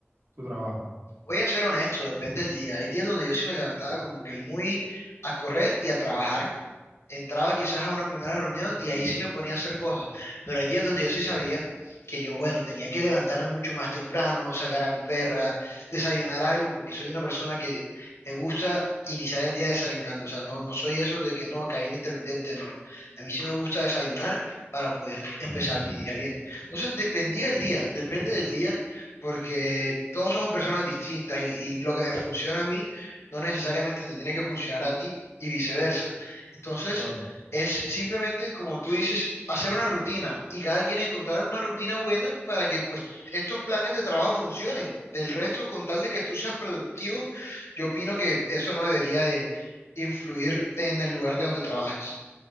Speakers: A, on the right; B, on the left.
A: tu trabajo.
B: Voy a ser honesto, depende del día. Hay días donde yo sí me levantaba como que muy a correr y a trabajar, entraba quizás a una primera reunión y ahí sí me ponía a hacer cosas, pero hay días donde yo sí sabía que yo, bueno, tenía que levantarme mucho más temprano, sacar a mi perra, desayunar algo, porque soy una persona que me gusta iniciar el día desayunando, o sea, no, no soy eso de que no, que hay un intermitente, no. A mí sí me gusta desayunar para poder empezar mi día bien. Entonces, dependía del día, depende del día, porque todos somos personas distintas y, y lo que me funciona a mí no necesariamente te tiene que funcionar a ti y viceversa. Entonces,
A: Claro.
B: es simplemente, como tú dices, hacer una rutina y cada quien encontrar una rutina buena para que pues estos planes de trabajo funcionen. Del resto, con tal de que tú seas productivo, yo opino que eso no debería de influir en el lugar de donde trabajes.